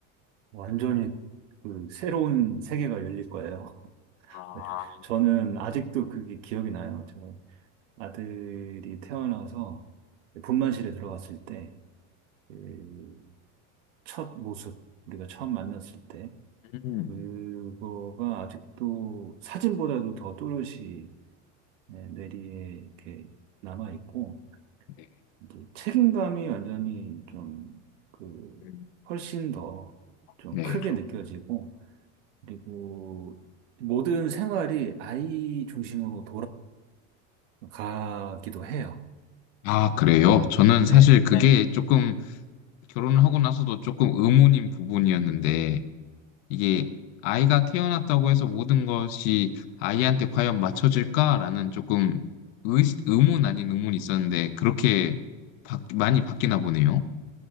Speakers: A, on the right; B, on the left.
A: 완전히 그 새로운 세계가 열릴 거예요. <laughs>
B: 아,
A: 네, 저는 아직도 그게 기억이 나요. 저 아들이 태어나서 분만실에 들어갔을 때, 그첫 모습, 우리가 처음 만났을 때,
B: 음,
A: 그거가 아직도 사진보다도 더 또렷이 네, 뇌리에 이렇게 남아있고,
B: 네.
A: 이제 책임감이 완전히 좀, 그,
B: 음.
A: 훨씬 더 좀
B: 네.
A: 크게 느껴지고, 그리고 모든 생활이 아이 중심으로 돌아가기도 해요.
B: 아, 그래요? 저는
A: 네,
B: 사실 네. 그게 조금 결혼을 하고 나서도 조금 의문인 부분이었는데, 이게 아이가 태어났다고 해서 모든 것이 아이한테 과연 맞춰질까라는 조금 의, 의문 아닌 의문이 있었는데, 그렇게 바, 많이 바뀌나 보네요.